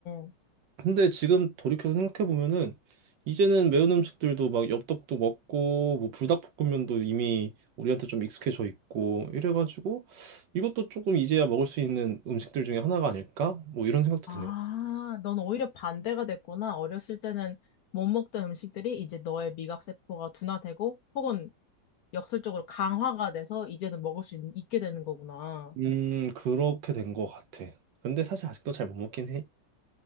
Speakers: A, on the left; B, on the right.
A: 어.
B: 근데 지금 돌이켜서 생각해 보면은 이제는 매운 음식들도 막 엽떡도 먹고 뭐 불닭볶음면도 이미 우리한테 좀 익숙해져 있고 이래가지고 이것도 조금 이제야 먹을 수 있는 음식들 중에 하나가 아닐까? 뭐 이런 생각도
A: 아,
B: 드네.
A: 넌 오히려 반대가 됐구나. 어렸을 때는 못 먹던 음식들이 이제 너의 미각세포가 둔화되고 혹은 역설적으로 강화가 돼서 이제는 먹을 수 있, 있게 되는 거구나.
B: 음 그렇게 된 것 같아. 근데 사실 아직도 잘 못 먹긴 해.